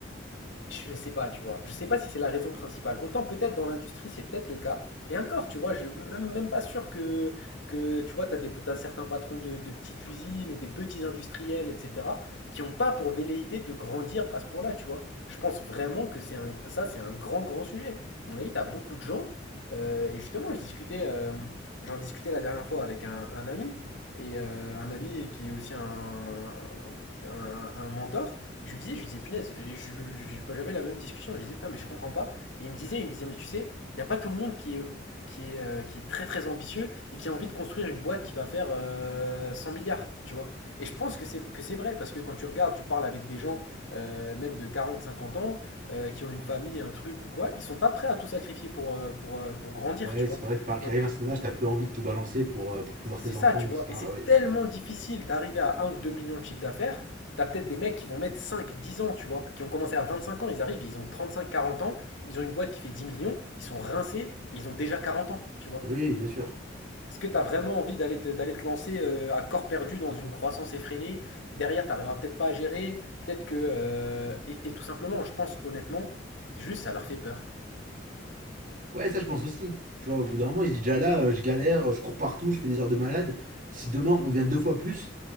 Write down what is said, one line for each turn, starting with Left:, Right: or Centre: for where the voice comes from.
Left: Je sais pas, tu vois. Je sais pas si c'est la raison principale. Autant peut-être dans l'industrie, c'est peut-être le cas. Et encore, tu vois, je même, même pas sûr que, que tu vois, t'as des, t'as certains patrons de, de petites usines ou des petits industriels, etc., qui ont pas pour velléité de grandir à ce point-là, tu vois. Je pense vraiment que c'est un, ça, c'est un grand, grand sujet. À mon avis, t'as beaucoup de gens, euh, et justement, je discutais, euh, j'en discutais la dernière fois avec un, un ami, et euh, un ami qui est aussi un, un, un mentor, et je lui disais, je lui disais, punaise, je- je- je- j'avais la même discussion, je lui disais, putain, mais je comprends pas. Et il me disait, il me disait, mais tu sais, il n'y a pas tout le monde qui est, qui est, euh, qui est très très ambitieux et qui a envie de construire une boîte qui va faire euh, 100 milliards, tu vois. Et je pense que c'est que c'est vrai, parce que quand tu regardes, tu parles avec des gens, euh, même de quarante cinquante ans, euh, qui ont une famille, un truc ou quoi, ils sont pas prêts à tout sacrifier pour, euh, pour, euh, pour grandir,
Right: Ouais,
Left: tu
Right: c'est
Left: vois.
Right: vrai que par qu'arrive
Left: Donc,
Right: un certain âge, t'as plus envie de tout balancer pour, euh, pour plus voir
Left: c'est
Right: tes enfants,
Left: ça, tu
Right: etc.
Left: vois. Et c'est
Right: Ah ouais,
Left: tellement difficile d'arriver à un ou 2 millions de chiffre d'affaires. T'as peut-être des mecs qui vont mettre 5, 10 ans, tu vois, qui ont commencé à 25 ans, ils arrivent, ils ont trente-cinq, quarante ans, ils ont une boîte qui fait 10 millions, ils sont rincés, et ils ont déjà 40 ans, tu vois.
Right: Oui, bien sûr.
Left: Est-ce que t'as vraiment envie d'aller te, d'aller te lancer euh, à corps perdu dans une croissance effrénée et derrière, t'arriveras peut-être pas à gérer, peut-être que... euh, et, et tout simplement, je pense honnêtement, c'est juste ça leur fait peur.
Right: Ouais, ça je pense aussi. Tu vois, au bout d'un moment, il se dit déjà là, euh, je galère, euh, je cours partout, je fais des heures de malade. Si demain on devient deux fois plus,